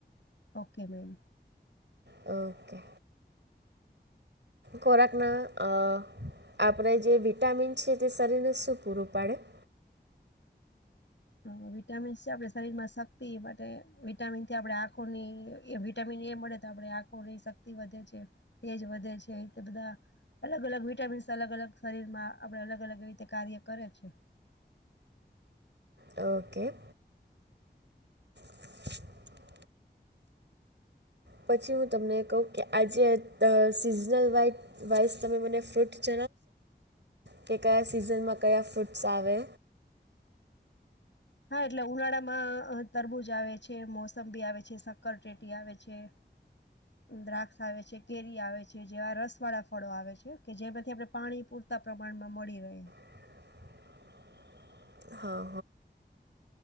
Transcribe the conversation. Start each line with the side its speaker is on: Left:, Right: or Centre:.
Left: ઓકે મેમ
Right: ઓકે ખોરાકના અ આપણે જે વિટામિન છે તે શરીરને શું પૂરું પાડે <inaudible>
Left: હ વિટામીન્સ છે આપણે શરીર માં શક્તિ માટે વિટામિનથી આપડણે આંખોની વિટામીન એ મળે તો આપે આંખોની શક્તિ વધે છે તેજ વધે છે એ રીતે બધા અલગ અલગ વિટામિન્સ અલગ અલગ શરીર માં આપણે અલગ અલગ એવી રીતે કાર્ય કરે છે
Right: ઓકે <inaudible> પછી હું તમને કહું કે આજે સિઝનલ વાઇઝ તમે મને ફ્રૂટ ચ કે કયા સિઝનમાં કયા ફ્રૂટ્સ આવે
Left: હા એટલે ઉનાળામાં તરબૂજ આવે છે મોસંબી આવે છે શક્કરટેટી આવે છે દ્રાક્ષ આવે છે કેરી આવે છે જેવા રસ વાળા ફળો આવે છે કે જેમાંથી આપણે પાણી પૂર પતા પ્રમાણમાં મળી રહે
Right: <inaudible> હા